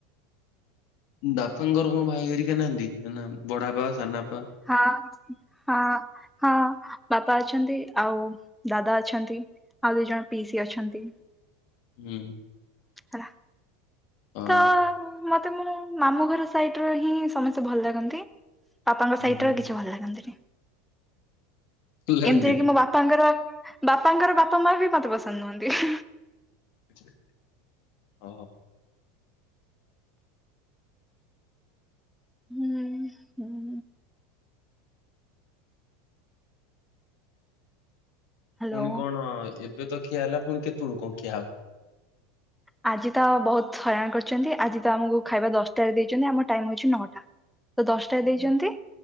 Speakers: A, on the left; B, in the centre.
A: ବାପାଙ୍କର କଣ ଭାଇ ହେରିକି ନାହାନ୍ତି କି ବଡା ବାପା ସାନାବାପା।
B: ହଁ ହଁ। ହଁ ବାପା ଅଛନ୍ତି ଆଉ ଦାଦା ଅଛନ୍ତି ଆଉ ଦି ଜଣ ପିଇସି ଅଛନ୍ତି।
A: ହୁଁ।
B: ହେଲା
A: ହଁ
B: ତ ମତେ ମୁଁ ମାମୁଁ ଘର ସାଇଡ ର ହିଁ ସମସ୍ତେ ଭଲ ଲାଗନ୍ତି। ବାପାଙ୍କ
A: ହୁଁ,
B: ସହିତ
A: ହୁଁ।
B: କିଛି ଭଲ ଲାଗନ୍ତିନି।
A: ଲାଗନ୍ତିନି
B: ଏମିତିରେ କି ମୋ ବାପାଙ୍କର ବାପାଙ୍କର ବାପା ମା ବି ମତେ ପସନ୍ଦ ନୁହନ୍ତି।
A: ଆଛା। ଓହୋ।
B: ହୁଁ ହୁଁ। ହ୍ୟାଲୋ।
A: ପୁଣି କଣ ଏବେ ତ ଖିଆ ହେଲା ପୁଣି କେତେବେଳୁ କଣ ଖିଆ ହବ?
B: ଆଜି ତ ବୋହୁତ ହଇରାଣ କରିଚନ୍ତି ଆଜି ତ ଆମକୁ ଖାଇବା ଦଶଟାରେ ଦେଇଛନ୍ତି ଆମ ଟାଇମ ହୋଉଚି ନଅଟା। ତ ଦଶଟା ଦେଇଛନ୍ତି